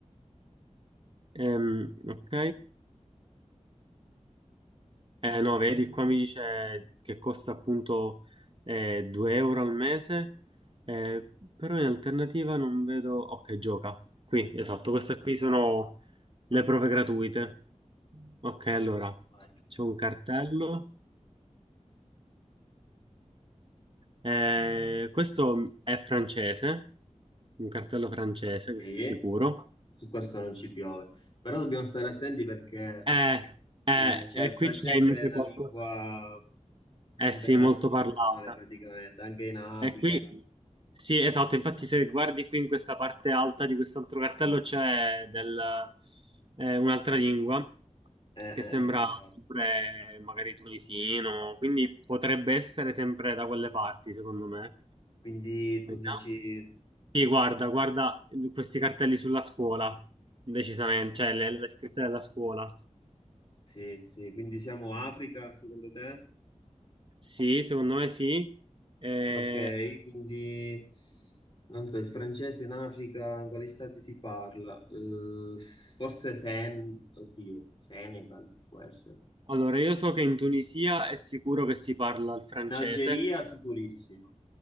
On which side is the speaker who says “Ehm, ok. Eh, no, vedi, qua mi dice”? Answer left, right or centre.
Right